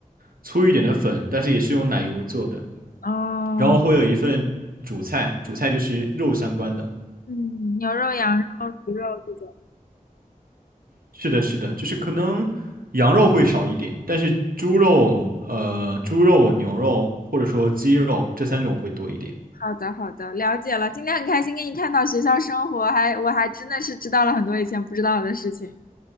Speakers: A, on the right; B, on the left.
A: 粗一点的粉，但是也是用奶油做的。
B: 哦，
A: 然后会有一份主菜，主菜就是肉相关的。
B: 嗯，牛肉、羊肉、猪肉这种。
A: 是的，是的，就是可能羊肉会少一点，但是猪肉、呃，猪肉、牛肉或者说鸡肉这三种会多一点。
B: 好的好的，了解了。今天很开心跟你探讨学校生活，还我还真的是知道了很多以前不知道的事情。